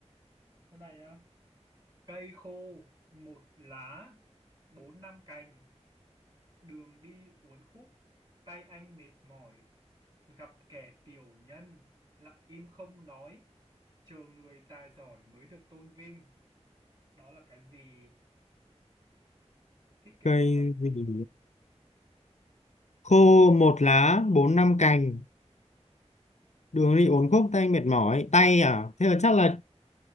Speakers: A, on the right; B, on the left.
A: cái này á cây khô một lá bốn năm cành đường đi uốn khúc tay anh mệt mỏi gặp kẻ tiểu nhân lặng im không nói chờ người tài giỏi mới được tôn vinh đó là cái gì thích cái
B: cây
A: gì cho cái gì
B: gì
A: luôn này
B: khô một lá bốn năm cành đường đi uốn khúc tay mệt mỏi tay à thế là chắc là